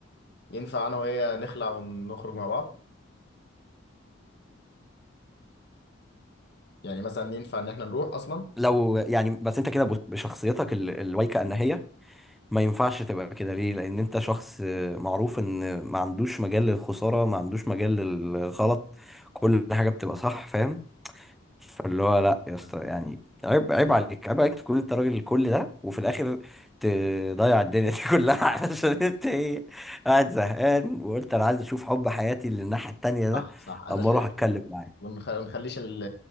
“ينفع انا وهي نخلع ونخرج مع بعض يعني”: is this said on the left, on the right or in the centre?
Left